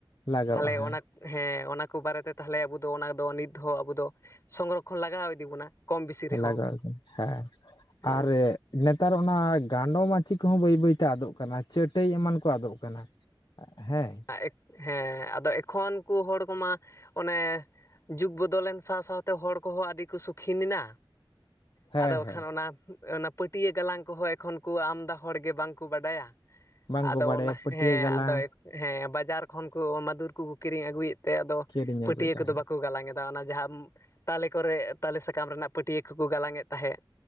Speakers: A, on the left; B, on the left.
A: ᱞᱟᱜᱟᱣᱚᱜᱼᱟ
B: ᱛᱷᱟᱞᱮ
A: ᱦᱮᱸ
B: ᱚᱱᱟ ᱦᱮᱸ ᱚᱱᱟ ᱠᱚ ᱵᱟᱨᱮᱛᱮ ᱛᱟᱦᱞᱮ ᱟᱵᱚ ᱫᱚ ᱚᱱᱟ ᱫᱚ ᱱᱤᱛ ᱦᱚᱸ ᱟᱵᱩ ᱫᱚ ᱥᱚᱝᱨᱚᱠᱷᱚᱱ ᱞᱟᱜᱟᱣ ᱤᱫᱤ ᱵᱚᱱᱟ᱾ ᱠᱚᱢ ᱵᱮᱥᱤ ᱨᱮᱦᱚᱸ
A: ᱞᱟᱜᱟᱣ ᱜᱮ ᱟᱨ
B: ᱦᱮᱸ
A: ᱟᱨ ᱱᱮᱛᱟᱨ ᱚᱱᱟ ᱜᱟᱸᱰᱚ ᱢᱟᱹᱪᱤ ᱠᱚᱦᱚᱸ ᱵᱟᱹᱭ ᱵᱟᱹᱭᱛᱮ ᱟᱫᱚᱜ ᱠᱟᱱᱟ ᱪᱟᱹᱴᱟᱹᱭ ᱮᱢᱟᱱ ᱠᱚ ᱟᱫᱚᱜ ᱠᱟᱱᱟ᱾ ᱦᱮᱸ
B: ᱮᱠ ᱦᱮᱸ ᱟᱫᱚ ᱮᱠᱷᱚᱱ ᱠᱩ ᱦᱚᱲ ᱠᱚᱢᱟ ᱚᱱᱮ ᱡᱩᱜᱽ ᱵᱚᱫᱚᱞ ᱱᱮᱱ ᱥᱟᱶ ᱥᱟᱶᱛᱮ ᱦᱚᱲ ᱠᱚᱦᱚᱸ ᱟᱹᱰᱤ ᱠᱚ ᱥᱩᱠᱷᱤᱱ ᱱᱮᱱᱟ,
A: ᱦᱮᱸ
B: ᱟᱫᱚ
A: ᱦᱮᱸ
B: ᱠᱷᱟᱱ ᱚᱱᱟ ᱚᱱᱟ ᱯᱟᱹᱴᱭᱟᱹ ᱜᱟᱞᱟᱝ ᱠᱚᱦᱚᱸ ᱮᱠᱷᱚᱱ ᱠᱩ ᱟᱢᱫᱟ ᱦᱚᱲ ᱜᱮ ᱵᱟᱝᱠᱚ ᱵᱟᱰᱟᱭᱟ᱾
A: ᱵᱟᱝᱠᱚ
B: ᱟᱫᱚ
A: ᱵᱟᱲᱟᱭᱟ
B: ᱚᱱᱟ
A: ᱯᱟᱹᱴᱭᱟᱹ
B: ᱦᱮᱸ,
A: ᱜᱟᱞᱟᱝ
B: ᱟᱫᱚ ᱦᱮᱸ, ᱵᱟᱡᱟᱨ ᱠᱷᱚᱱ ᱠᱩ ᱢᱟᱫᱩᱨ ᱠᱚᱠᱚ ᱠᱤᱨᱤᱧ ᱟᱹᱜᱩᱭᱮᱫ ᱛᱮ ᱟᱫᱚ
A: ᱠᱤᱨᱤᱧ
B: ᱯᱟᱹᱴᱭᱟᱹ
A: ᱟᱹᱜᱩᱭᱮᱫᱟ
B: ᱠᱚᱫᱚ ᱵᱟᱠᱚ ᱜᱟᱞᱟᱝ ᱮᱫ ᱫᱟ ᱚᱱᱟ ᱡᱟᱦᱟᱸ ᱛᱟᱞᱮ ᱠᱚᱨᱮ, ᱛᱟᱞᱮ ᱥᱟᱠᱟᱢ ᱨᱮᱱᱟᱜ ᱯᱟᱹᱴᱭᱟᱹ ᱠᱚᱠᱩ ᱜᱟᱞᱟᱝ ᱮᱫ ᱛᱟᱦᱮᱸᱫ᱾